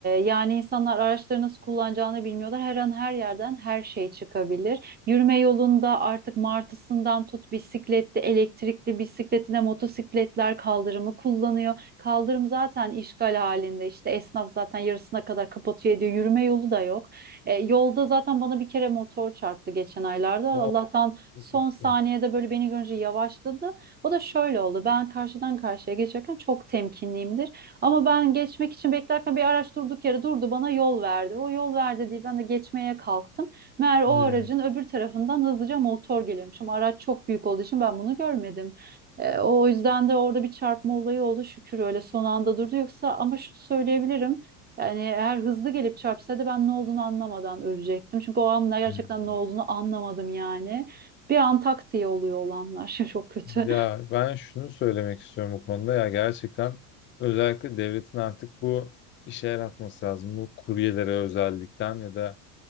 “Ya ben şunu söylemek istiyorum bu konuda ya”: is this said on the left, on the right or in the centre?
Left